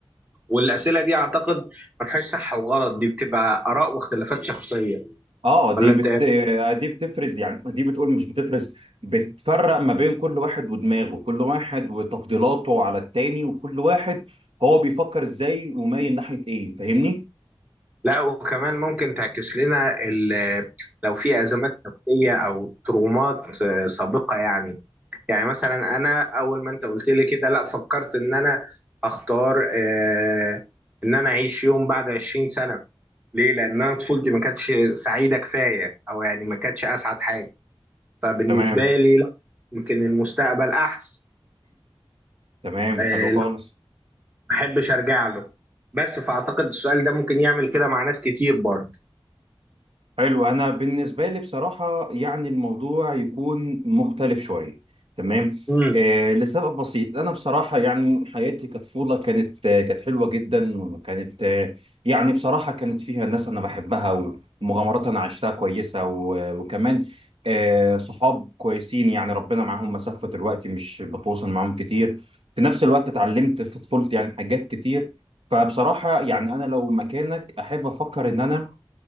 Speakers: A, on the right; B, on the right.
A: والاسئلة دي اعتقد ما فيهاش صح وغلط دي بتبقى اراء واختلافات شخصية
B: أه دي
A: ولا
B: بت...
A: انت
B: دي بتفرز يعني دي بتقول مش بتفرز بتفرق ما بين كل واحد ودماغه كل واحد وتفضيلاته على التاني وكل واحد هو بيفكر إزاي ومايل ناحية إيه فاهمني؟
A: لا وكمان ممكن تعكس لنا ال- لو في ازمات نفسيه او ترومات آه، سابقه يعني يعني مثلا انا اول ما انت قلت لي كده لا فكرت ان انا اختار آه، ان انا اعيش يوم بعد 20 سنه ليه لان انا طفولتي ما كانتش سعيده كفايه او يعني ما كانتش اسعد حاجه فبالنسبه
B: تمام
A: لي لا يمكن المستقبل احسن
B: تمام
A: آه،
B: حلو
A: لا،
B: خالص
A: ما احبش ارجع له بس فاعتقد السؤال ده ممكن يعمل كده مع ناس كتير برضه
B: حلو انا بالنسبه لي بصراحه يعني الموضوع يكون مختلف شويه تمام
A: امم
B: آه لسبب بسيط انا بصراحه يعني حياتي كطفوله كانت آه كانت حلوه جدا وكانت آه يعني بصراحه كانت فيها ناس انا بحبها ومغامرات انا عشتها كويسه و- وكمان آه صحاب كويسين يعني ربنا معاهم مسافه دلوقتي مش بتواصل معاهم كتير في نفس الوقت اتعلمت في طفولتي يعني حاجات كتير فبصراحه يعني انا لو مكانك احب افكر ان انا